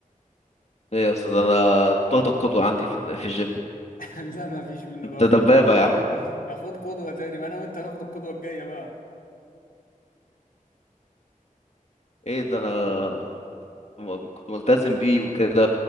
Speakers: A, on the left; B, on the left.
A: ايه اصل ده انا كنت واخد القدوه عندي في ال- في الجيم
B: <laughs> لا ما فيش منه
A: انت
B: بقى خد
A: دبابه
B: خد
A: يا عم
B: <laughs> خد قدوة تاني بقى انا وانت هناخد القدوة الجاية بقى
A: ايه ده انا م- كنت ملتزم بيه وكده